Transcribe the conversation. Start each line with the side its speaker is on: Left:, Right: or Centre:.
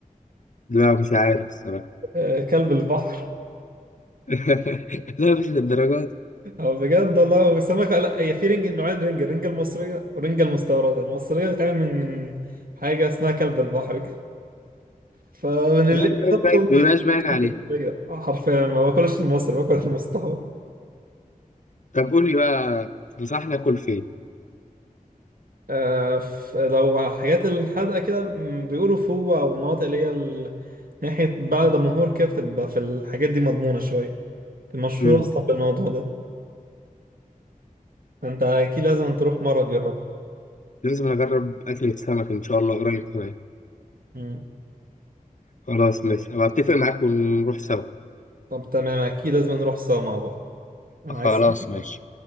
Left: لا مش عارف الصراحة
Right: آه، كلب البحر
Left: <laughs> لا مش للدرجات
Right: <laughs> هو بجد والله هو سمكة لا هي في رنج نوعين رنج الرنج المصرية والرنج المستوردة المصرية بتتعمل من من حاجة اسمها كلب البحر كده فمن
Left: لا
Right: اللي
Left: مبيبقاش
Right: بطل
Left: باين مبيبقاش
Right: ما
Left: باين عليه
Right: ياكلش المصرية آه، حرفيا ما باكلش المصري باكل المستورد
Left: طب قول لي بقى تنصحني اكل فين؟
Right: آه، ف- لو حاجات الحدقة كده م، بيقولوا فوق أو مناطق اللي هي ال- ناحية بعد دمنهور كده بتبقى في الحاجات دي مضمونة شوية المشهورة
Left: مم.
Right: أصلا بالموضوع ده فأنت أكيد لازم تروح مرة تجربها
Left: لازم اجرب اكلة سمك ان شاء الله قريب كمان
Right: مم.
Left: خلاص ماشي هبقى اتفق معاك ونروح سوا
Right: طب تمام اكيد لازم نروح سوا مع بعض عايز
Left: خلاص
Right: حاجة؟
Left: ماشي